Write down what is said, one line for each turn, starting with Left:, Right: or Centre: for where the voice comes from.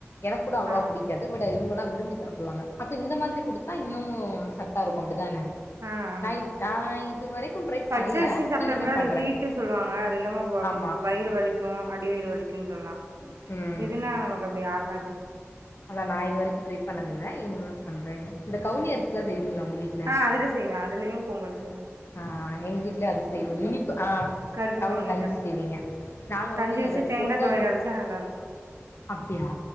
Left: எனக்கூட அவ்ளவா
Right: ஆ
Left: பிடிக்காது பட் இவுங்கள்லா விரும்பி சாப்டுவாங்க அப்ப இந்த மாதிரி குடுத்தா இன்னும் சத்தா இருக்கு அப்டி தானே
Right: ஆ ஆமாங்க
Left: நா இப் நா இது வரைக்கும் ட்ரை
Right: பச்சரிசி
Left: பண்ல
Right: சாப்ட்டா
Left: இனிமே
Right: கூட
Left: பண்ற
Right: அது ஹீட்டு சொல்லுவாங்க அது இல்லாம வ
Left: ஆமா
Right: வயிறு வலிக்கும் அடி வயிறு வலிக்கும் சொல்லலா
Left: ம்
Right: இதுன்னா நமக்கு அப்டி ஆகாது
Left: அதா நா இது வரைக்கு ட்ரை பண்ணதில்ல இனிமே பண்றேங் இந்த கவுனி அரில்லா செய்வீங்களா உங்க வீட்
Right: ஆ அதுல செய்வ அதுலயும் பொங்கல் செய்வ
Left: ஆ எங்க வீட்லயே அது செய்வோ இனிப்பு ஆ
Right: கருப்பு
Left: கவனி
Right: கவுனில
Left: கஞ்சி செய்வீங்க நாங்க
Right: கஞ்சி
Left: வந்து
Right: வச்சு
Left: அத
Right: தேங்கா
Left: பொங்கல்
Right: துவையல்
Left: மா
Right: அரச்சா நல்லா இருக்கு
Left: அப்டியா